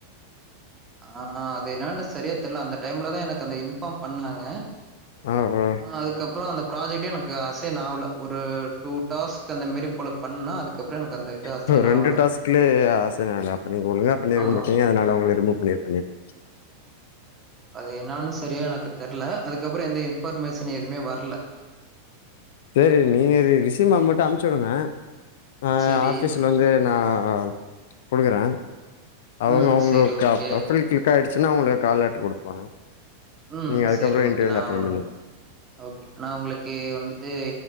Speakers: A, on the right (about 20°); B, on the left (about 55°).
A: ஆ அது என்னன்னு சரியா தெர்ல அந்த டைம்லதான் எனக்கு அந்த இன்ஃபார்ம் பண்ணாங்க
B: ஆ ஓ
A: அதுக்கப்பறம் அந்த ப்ராஜக்டே எனக்கு அசைன் ஆகல ஒரு டூ டாஸ்க் அந்த மேரி போல பண்ணா அதுக்கப்பறம் எனக்கு அந்த இது அசைன்
B: ப்ரோ ரெண்டு
A: ஆவல.
B: டாஸ்க்லே அசைன் ஆகலையா அப்ப நீங்க ஒழுங்கா பண்ணிருக்க
A: ஆமா.
B: மாட்டீங்க அதனால ஒங்கள ரிமூவ் பண்ணிரு ணிப்
A: அது என்னன்னு சரியா எனக்கு தெர்ல அதுக்கப்றம் எந்த இன்பர்மேஷன் எதுமே வர்ல
B: சேரி நீங்க ரி ரிசீம்ம மட்டும் அமுச்சுடுங்க ஆ
A: சரி.
B: ஆஃபீஸில வந்து நான் குடுக்கறன் அவங்க
A: ம்.
B: ஒங்களுக்கு
A: சரி ஓகே.
B: ப்ரொபைல் கிளிக் கிளிக் ஆயிடுச்சன்னா உங்களுக்கு கால் லெட்டர் குடுப்பாங்க
A: ம்.
B: நீங்க அதுக்கப்புறம்
A: சரி ஓகே.
B: இன்டர்வியூ வந்து
A: நான்
B: அட்டன்
A: உங்க
B: பண்ணி
A: ஓகே நான் ஒங்களுக்கு வந்துட்டு